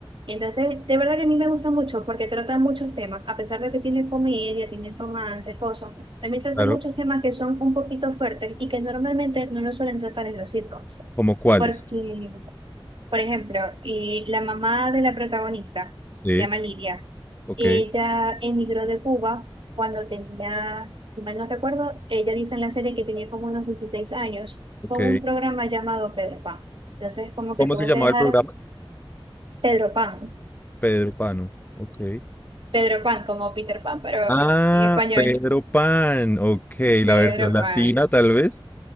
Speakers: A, on the right; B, on the left.
A: Entonces, de verdad que a mí me gusta mucho porque tratan muchos temas, a pesar de que tiene comedia, tiene romance, cosas, también tratan
B: claro.
A: muchos temas que son un poquito fuertes y que normalmente no los suelen tratar en los sitcoms.
B: ¿Cómo cuáles?
A: Porque por ejemplo, y la mamá de la protagonista,
B: Sí.
A: se llama Lidia,
B: Ok,
A: ella emigró de Cuba cuando tenía, si mal no recuerdo, ella dice en la serie que tenía como unos 16 años,
B: ok.
A: con un programa llamado Pedro Pan. Entonces, como que
B: ¿Cómo
A: tuvo
B: se llamaba
A: que dejar
B: el programa?
A: Pedro Pan,
B: Pedro Pano. Ok.
A: Pedro Pan como Peter Pan, pero
B: Ah,
A: en español,
B: Pedro Pan. Ok, la
A: Pedro
B: versión latina
A: Pan,
B: tal vez.